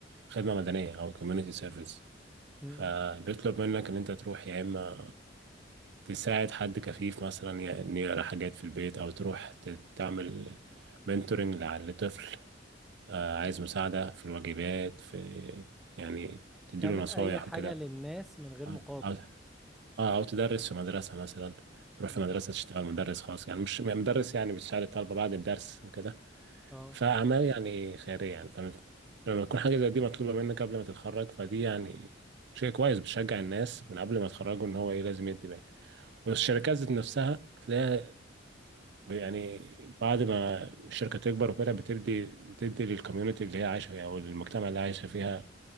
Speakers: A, on the right (about 65°); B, in the centre.
A: خدمة مدنية أو كوميونيتي سيرفيس
B: مم.
A: فبيطلب منك إن أنت تروح يا إما تساعد حد كفيف مثلا ي- إن يقرأ حاجات في البيت أو تروح ت- تعمل منتورنج لطفل آه، عايز مساعدة في الواجبات في يعني تديله
B: تعمل
A: نصايح
B: اي حاجة
A: وكده
B: للناس من غير
A: أو
B: مقابل
A: أو أو تدرس في مدرسة مثلا تروح
B: مم.
A: في مدرسة تشتغل مدرس خاص يعني مش يعني مدرس يعني بتساعد الطلبة بعد الدرس وكده
B: اه
A: فأعمال يعني خيرية يعني فلما لما تكون حاجة زي دي مطلوبة منك قبل ما تتخرج فدي يعني شيء كويس بتشجع الناس من قبل ما يتخرجوا إن هو إيه لازم يدي باك والشركات ذات نفسها تلاقيها يعني بعد ما الشركة تكبر وكده بتدي بتدي للكوميونتي اللي هي عايشة فيها أو المجتمع اللي عايشة فيها